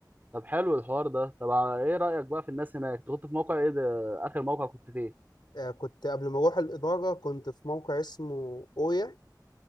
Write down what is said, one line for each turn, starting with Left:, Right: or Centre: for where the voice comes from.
Right: طب حلو الحوار ده طب ع- ايه رأيك بقى في الناس هناك انت كنت في موقع ايه ده اخر موقع كنت فيه
Left: آه، كنت قبل ما اروح الاداره كنت في موقع اسمه اويا